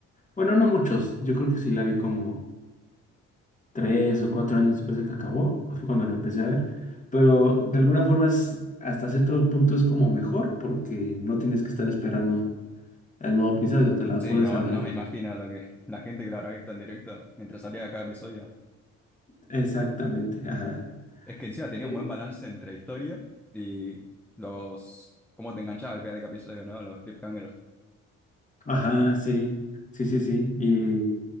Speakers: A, on the left; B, in the centre.
A: Bueno, no muchos, yo creo que sí la vi como tres o cuatro años después de que acabó, pues fue cuando la empecé a ver, pero de alguna forma es, hasta cierto punto es como mejor porque no tienes que estar esperando el nuevo episodio, te la
B: sí,
A: puedes
B: no,
A: saber
B: no me imagino lo que la gente que lo habrá visto en directo mientras salía cada episodio.
A: exactamente, ajá.
B: Es que encima tenía
A: Eh,
B: un buen balance entre historia y los, cómo te enganchaba al final de cada episodio, ¿no? Los cliffhangers.
A: Ajá, sí, sí, sí, sí. Y